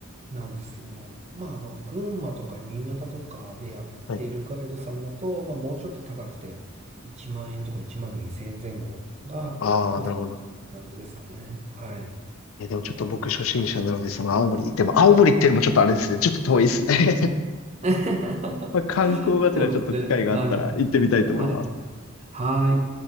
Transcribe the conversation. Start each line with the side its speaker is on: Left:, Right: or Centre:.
Right: なんですけども、まあ、あの、群馬とか新潟とかでやっているガイドさんだと、
Left: はい。
Right: まあ、もうちょっと高くて、1万円とか1万2千円前後が、
Left: ああ、
Right: まあ、
Left: なるほど。
Right: それって感じですかね。はい。
Left: え、でもちょっと僕初心者なので、その青森行っても、青森っていうのもちょっとあれですね。ちょっと遠いですね。<laughs>
Right: <laughs>
Left: まあ、観光がてらちょっと機会があったら行ってみたいと思います。
Right: そうですね。はい。はい。はい。